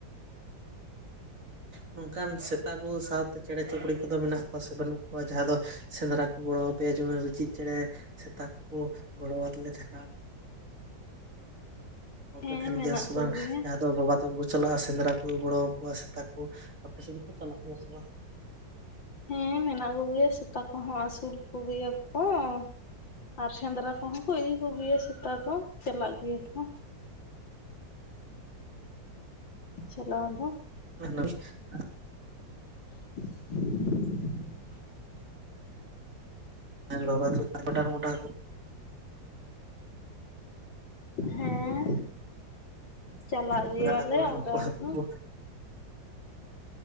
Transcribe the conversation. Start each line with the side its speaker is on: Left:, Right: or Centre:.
Left: <unintelligible>
Right: ᱱᱚᱝᱠᱟᱱ ᱥᱮᱛᱟ ᱠᱚ ᱥᱟᱸᱶ ᱛᱮ ᱪᱮᱲᱮ ᱪᱟᱯᱨᱩᱜ ᱠᱚ ᱫᱚ ᱢᱮᱱᱟᱜ ᱠᱚᱣᱟ ᱥᱮ ᱵᱟᱹᱱᱩᱜ ᱠᱚᱣᱟ? ᱡᱟᱦᱟᱸ ᱫᱚ ᱥᱮᱸᱫᱽᱨᱟ ᱠᱚ ᱜᱚᱲᱚ ᱟᱯᱮᱭᱟ ᱡᱮᱢᱚᱱ ᱨᱤᱧᱪᱤ ᱪᱮᱬᱮ ᱥᱮᱛᱟ ᱠᱚ ᱜᱚᱲᱚᱣᱟᱫ ᱞᱮ ᱛᱟᱦᱮ ᱱᱟ᱾ ᱠᱚ
Left: ᱦᱮᱸ
Right: ᱛᱟᱯᱮ
Left: ᱢᱮᱱᱟᱜ
Right: ᱥᱮ
Left: ᱠᱚᱜᱮᱭᱟ
Right: ᱵᱟᱝ ᱡᱟᱦᱟᱸ ᱫᱚ ᱵᱟᱵᱟ ᱛᱚ ᱪᱟᱞᱟᱜᱼᱟ ᱥᱮᱸᱫᱽᱨᱟ ᱠᱚ ᱜᱚᱲᱚ ᱟᱠᱚᱣᱟ ᱥᱮᱛᱟ ᱠᱚ, ᱟᱯᱮ ᱥᱮᱫ ᱜᱮᱠᱚ ᱪᱟᱞᱟᱜ ᱜᱮᱭᱟ ᱠᱚ ᱥᱮ ᱵᱟᱝ?
Left: ᱦᱮᱸ ᱢᱮᱱᱟᱜ ᱠᱚᱜᱮᱭᱟ ᱥᱮᱛᱟ ᱠᱚᱦᱚᱸ ᱟᱹᱥᱩᱞ ᱠᱚᱜᱮᱭᱟ ᱠᱚᱸ, ᱟᱨ ᱥᱮᱸᱫᱽᱨᱟ ᱠᱚᱦᱚᱸ ᱠᱚ ᱤᱫᱤ ᱠᱚᱜᱮᱭᱟ ᱥᱮᱛᱟ ᱫᱚ ᱪᱟᱞᱟᱜ ᱜᱮᱭᱟ ᱠᱚ᱾ ᱪᱟᱞᱟᱣ ᱫᱚ
Right: <inaudible>
Left: <unintelligible>
Right: <inaudible>
Left: ᱦᱮᱸᱻ ᱪᱟᱞᱟᱜ ᱜᱮᱭᱟᱞᱮ
Right: ᱜᱟᱰᱟ ᱠᱚᱨᱮᱱ
Left: ᱚᱸᱰᱮ
Right: ᱩᱱᱠᱩ ᱦᱟᱹᱠᱩ
Left: ᱦᱚᱸ
Right: ᱠᱚ